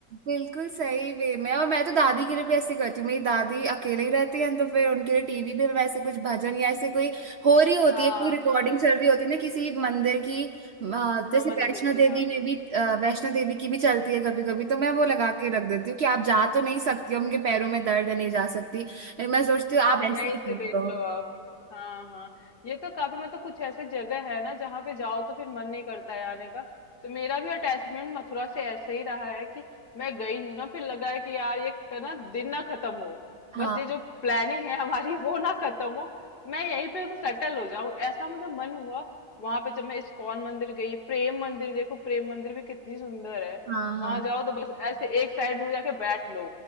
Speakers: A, on the right; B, on the left.
A: बिल्कुल सही वे में और मैं तो दादी के लिए भी ऐसी करती हूँ मेरी दादी अकेले ही रहती है तो फिर उनके
B: हम्म,
A: लिए टीवी पे मैं ऐसे कुछ भजन या ऐसे कोई हो रही होती
B: हाँ
A: है कोई रिकॉर्डिंग
B: हाँ
A: चल रही
B: हाँ
A: होती है ना किसी मंदिर की अ,
B: हाँ
A: जैसे
B: मंदिर
A: वैष्णो देवी
B: के हाँ
A: में
B: हाँ
A: भी अ, वैष्णो देवी की भी चलती है कभी कभी तो मैं वो लगा के रख देती हूँ कि आप जा तो नहीं सकती हो उनके पैरों में दर्द है नहीं जा सकती मैं सोचती हूँ आप
B: हाँ यहीं
A: ऐसे ही करते
B: से देख
A: हो
B: लो आप हाँ हाँ ये तो काफी मतलब कुछ ऐसे जगह है ना जहाँ पे जाओ तो फिर मन नहीं करता है आने का तो मेरा भी अटैचमेंट मथुरा से ऐसे ही रहा है कि मैं गई हूँ ना फिर लगा है कि यार ये का ना दिन ना खत्म हो
A: हाँ
B: बस ये जो प्लानिंग है हमारी <laughs> वो ना खत्म हो मैं यहीं पे तो सेटल हो जाऊं ऐसा मुझे मन हुआ वहां पे जब मैं इस्कॉन मंदिर गई प्रेम मंदिर देखो प्रेम मंदिर भी कितनी सुंदर है
A: हाँ हाँ
B: वहां जाओ तो बस ऐसे एक साइड में जाके बैठ लो